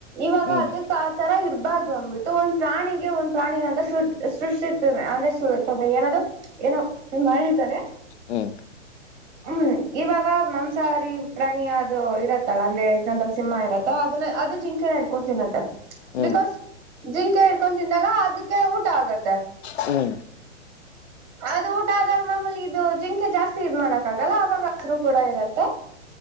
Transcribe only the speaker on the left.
ಹ್ಮ್
ಹ್ಮ್.
ಹ್ಮ್
ಹ್ಮ್.